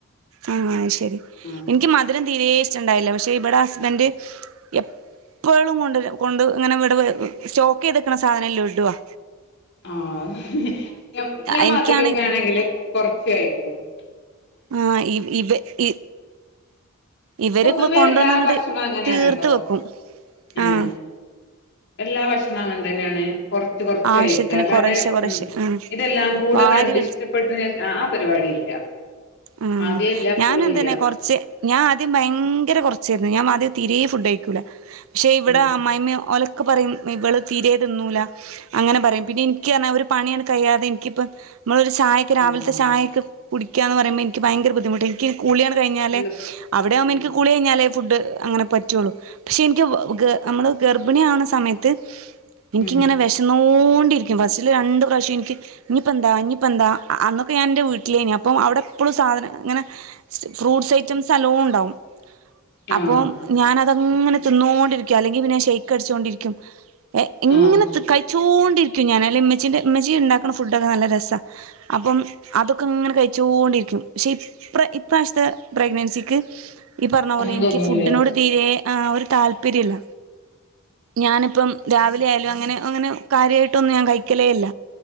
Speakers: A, on the right (about 65°); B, on the left (about 50°).
A: ആഹ ശരി
B: ആഹ്
A: എനിക്ക് മധുരം തീരശ ണ്ടായില്ല പക്ഷെ ഇവിടെ ഹസ്ബൻഡറ് പക്ഷേ ഇവിടെ ഹസ്ബൻ്റ്എപ്പോഴും കൊ കൊണ്ട് ഇങ്ങനെ ഇടെ സ്റ്റോക്ക് ചെയ്തക്കണ സാധനം ലടുവാ
B: ആഹ ഞാൻ
A: എനിക്കാണെ
B: മധുരൊക്കെ ആണെങ്കില് കൊറച്ച് കഴിക്കൊള്ളു
A: ആഹ ഇ ഇ ഇവരക്ക
B: പൊതുവെ
A: കൊണ്ടുവന്ന
B: എല്ലാ ഭക്ഷണവും
A: ത്
B: അങ്ങനെയാണ്
A: തീർത്ത്
B: ട്ടോ
A: വെക്കും
B: ഏഹ്
A: ആഹ
B: എല്ലാ ഭക്ഷണം അങ്ങനെ തന്നെയാണ് കുറച്ച് കൊറച്ച്
A: ആവശ്യത്തിന്
B: കഴക്ക് അല്ലാതെ
A: കൊറേശ്ശെ കൊറേശ്ശെ
B: ഉ
A: ആഹ്
B: ഇതെല്ലാം കൂടെ
A: വാരി
B: കണ്ട് ഇഷ്ടപ്പെട്ട് ഞാ ആ പരിപാടി ഇല്ല
A: ഉ
B: ആദ്യേ ഇല്ല ഇപ്പളും
A: ഞാന എന്തന്നെ
B: ഇല്ല
A: കൊറച്ച് ഞാൻ ആദ്യം ഭയങ്കര കുറച്ച ഞാൻ ആദ്യം തീരെ ഫുഡ് ഴിക്കൂല പക്ഷേ ഇവിടെ
B: ഉം
A: അ്മായിമ്മയും ഓല ക്കെ പറയും ഇവള് തീരയതൊന്നൂല അങ്ങനെ പറയും പിന്നെ എനിക്ക്ാ ഒരു പണിയാണ് കഴിയാതെ എനിക്കിപ്പ നമ്മള ഒരു ചായക്ക് രാവിലത്തെ
B: ആഹ്
A: ചായക്ക് കുടിക്കാന്ന് പറഞ്ഞ പറുമ എനിക്ക് ഭയര ബുധിമുട്ട എനിക്ക് കൂളിയാണ് കഴിഞ്ഞാലല്
B: ഫുള്ള്
A: അവിടെയാവുമ്പോ
B: ആഹ്
A: എനിക്ക് കൂളി കഴിഞ്ഞാലേ ഫുഡ് അങ്ങനെ പറ്റുള്ളു പക്ഷെ എനിക്ക് നമ്മള് ഗർഭിണി ആണ സമയത്ത് എനിക്കിങ്ങനെ
B: ഉം
A: വിശന്നോ പോണ്ടയിരിക്കും ഫസ്റ്റില് രണ്ട് പ്രാവശ്യം രന്നോണ്ടിരിക്കും ബസ്സില് രണ്ട് പ്രാവിശ്യംഎനിക്ക് ഇനിപ്പപ്പോന്താ ഇനിയിപ്പോന്തഅന്നൊക്കെ ഞാൻ എൻ്റെ വീട്ടിലാ എൻ്റെ വീട്ടിലേനിയിരുന്നു അവിടെ എപ്പോഴും സാധനം അങ്ങനെ ഫ്രൂട്ട്സ് ഐറ്റംസ് നല്ലോ ണ്ടാാവും അപ്പം
B: ആഹ്
A: ഞൻത് അങനെ തിന്നോണ്ടിരിക്കും അല്ലെങ്കിൽ പിന്നെ ശെയ്ക്ക് അടിച്ചോണ്ടിരിക്കും ഇങ്ങനെ
B: ആഹ്
A: കഴിച്ചു ചൂൊണ്ടിരിക്കും ഞാന ഇമ്മച്ചിന്റെ ഉമ്മച്ചി ഉണ്ടാക്കുന്ന ഫുഡൊക്കെ നല്ല രസാ അപ്പം അതൊക്കങ്ങനെ കഴി ചൂണ്ടി ക്കും പക്ഷ ഇപ്രഇ്രാവശ്യ ത്തെപ്രഗ്നൻസിക്ക് ഈ പറഞ്ഞ
B: ഒന്നും
A: പോലെ എനിക്ക്
B: തോന്നൂല
A: ഫുഡിനോട് തീരെ- ഒരു താല്പര്യമില്ല ഞാനിപ്പം രാവിലെ 'ഒരു താൽപര്യവുല്ല ഞാനിപ്പരാവിലെ ആയാലും അങ്ങനെ അങ്ങനെ കാര്യമായിട്ടൊന്നും ഞാൻ കയിക്കലേയില്ല